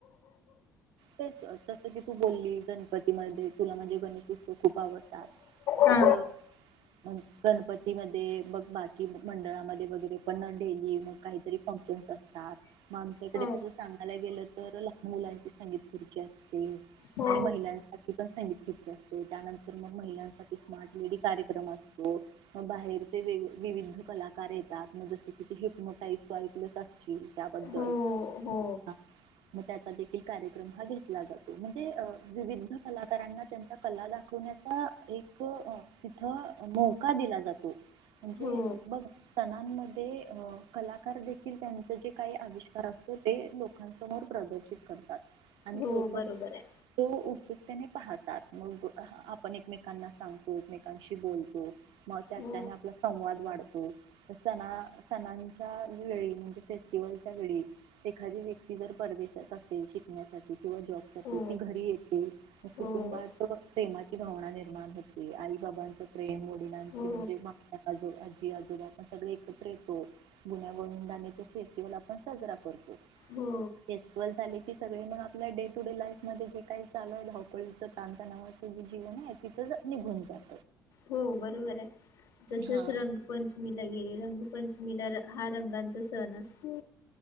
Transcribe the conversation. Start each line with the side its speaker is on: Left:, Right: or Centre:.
Right: तेच तसं की तू बोलली गणपतीमध्ये तुला म्हणजे गणेश उत्सव खूप आवडतात. अग!
Left: हा
Right: मग गणपती मध्ये बग बाकी मंडळामध्ये वगैरे पण डेली मग काहीतरी फंक्शनस असतात मग आमच्याकडे
Left: अ
Right: तस सांगायला गेलं तर लहान मुलांची संगीत खुर्ची असती
Left: हो
Right: आणि महिलांसाठी. पण संगीत खुर्चीअसते त्यानंतर मग महिलांसाठी स्मार्ट लेडी कार्यक्रम असतो, मग बाहेरचे वेग विविध कलाकार येतात, मग जस कि हिप्नोटाइज तू ऐकलच असशील. त्याबद्दल!
Left: हो हो
Right: हा मग त्या आता देखील. कार्यक्रम हा घेतला जातो म्हणजे विविध कलाकारांना त्यांचा कला दाखवण्याचा एक तिथ मौका दिला जातो म्हणजे
Left: हो
Right: बघ. सणांमध्ये अ कलाकार देखील त्यांचं जे काही आविष्कार असते ते लोकांसमोर प्रदर्शित करतात. आणि
Left: हो
Right: लोक
Left: बरोबर आहे
Right: तो उपयुक्तेने पाहतात म आपण एकमेकांना सांगतो एकमेकांशी बोलतो. मग त्या
Left: हो
Right: त्याने आपला संवाद वाढतो. सणा सणांच्या वेळी म्हणजे फेस्टिवलच्या वेळी एखादी व्यक्ती जर परदेशात असेल. <unintelligible> किंवा जॉब साठी
Left: हो
Right: ती घरी येते. कुटुंबात
Left: हो
Right: प्रेमाची भावना निर्माण होती आई बाबांच प्रेम.
Left: हो
Right: <unintelligible> आजो आजी आजोबा आपण सगळे एकत्र येतो गुन्या गोविंदान तो फेस्टिवल आपण साजरा करतो.
Left: हो
Right: फेस्टिवल झाली. सगळे मग आपल्या डे टू डे लाईफ मध्ये जे काही चालय धावपळीच तांणतनावाचं जे जीवन आहे तिथं निघून जात.
Left: हो बरोबर आहे तसच
Right: हा.
Left: रंगपंचमी ला गेल रंग. पंचमीला हा रंगांचा सण असतो